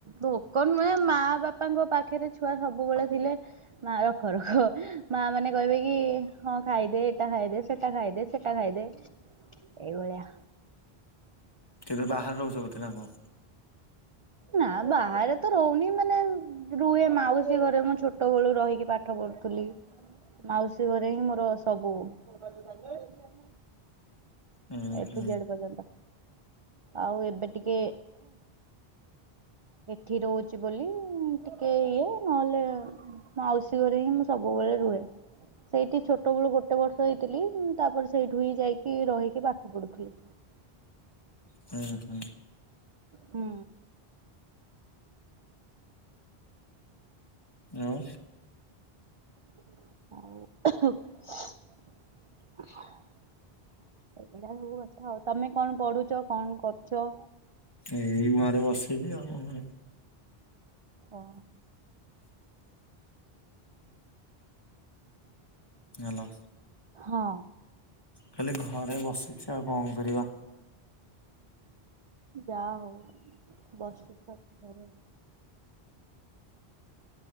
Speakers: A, on the right; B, on the left.
A: ଭୋକ ନୁହେଁ ମା ବାପାଙ୍କ ପାଖରେ ଛୁଆ ସବୁବେଳେ ଥିଲେ ମା ରଖରଖ। ମା ମାନେ କହିବେ କି ହଁ ଖାଇଦେ ଏଇଟା ଖାଇଦେ ସେଟା ଖାଇଦେ। ସେଟା ଖାଇଦେ ଏଇଭଳିଆ।
B: କିନ୍ତୁ ବାହାରେ ରହୁଛ ବୋଧେ ନା କଣ?
A: ନା ବାହାରେ ତ ରହୁନି। ମାନେ ରୁହେ ମାଉସୀ ଘରେ ମୁଁ ଛୋଟ ବେଳୁ ରହିକି ପାଠ ପଢ଼ୁଥିଲି। ମାଉସୀ ଘରେ ହିଁ ମୋର ସବୁ। <inaudible>
B: ହୁଁ
A: ଏଠୁ
B: ହୁଁ
A: ଜେଡ୍ ପର୍ଯ୍ୟନ୍ତ ଆଉ ଏବେ ଟିକେ ଏଠି ରହୁଛି ବୋଲି ଟିକେ ଇଏ ନହେଲେ ମାଉସୀ ଘରେ ହିଁ ମୁଁ ସବୁବେଳେ ରୁହେ। ସେଇଠି ଛୋଟ ବେଳୁ ଗୋଟେ ବର୍ଷ ହେଇଥିଲି, ତାପରେ ସେଇଠୁ ହିଁ ଯାଇକି ରହିକି ପାଠ ପଢୁଥିଲି।
B: ହୁଁ ହୁଁ
A: ହୁଁ।
B: ଆଉ?
A: ହଉ। ଏଇା ସବୁ କଥା। ଆଉ ତମେ କଣ ପଢୁଛ? କଣ କରୁଛ?
B: ଏଇ ଘରେ ବସିଛି ଆଉ ଙ୍କ କରିବି।
A: ଓ।
B: ହାଲୋ?
A: ହଁ।
B: ଖାଲି ଘରେ ବଶୁଛି ଆଉ କଣ କରିବା।
A: ଯା ହଉ ବସିଛ ଘରେ।